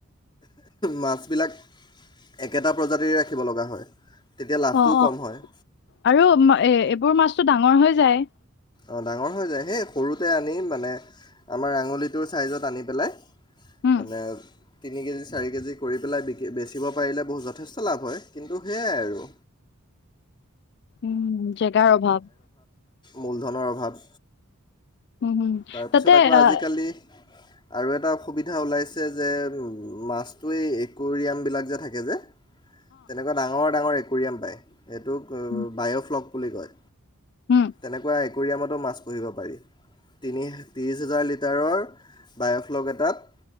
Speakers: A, on the left (about 20°); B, on the left (about 50°).
A: মাছবিলাক একেটা প্ৰজাতিৰে ৰাখিব লগা হয়। তেতিয়া লাভটোও
B: অ', অ'
A: কম হয়
B: আৰু মা-এ-এবোৰ মাছটো ডাঙৰ হৈ যায়।
A: অঁ ডাঙৰ হৈ যায়। হে সৰুতে আনি মানে আমাৰ আঙুলিটোৰ চাইজত আনি পেলাই
B: উম
A: মানে তিনি কেজি, চাৰি কেজি কৰি পেলাই বিক্ৰী-বেচিব পাৰিলে বহু-যথেষ্ট লাভ হয়। কিন্তু হেয়াই আৰু।
B: উম জেগাৰ অভাৱ।
A: মূল ধনৰ অভাৱ।
B: উম হু
A: তাৰপিছত
B: তাতে
A: আকৌ আজিকালি
B: আ
A: আৰু এটা সুবিধা ওলাইছে যে মাছটোৱেই একুৰিয়াম বিলাক যে থাকে যে তেনেকুৱা ডাঙৰ ডাঙৰ এক ৰিয়াম পায়। এটোক অ'
B: উম
A: বায়'ফ্লগ খুলি কয়।
B: উম
A: তেনেকুৱা একোৰিয়ামতো মাছ পুহিব পাৰি। তিনি ত্ৰিশ হাজাৰ লিটাৰৰ বায়'ফ্লগ এটাত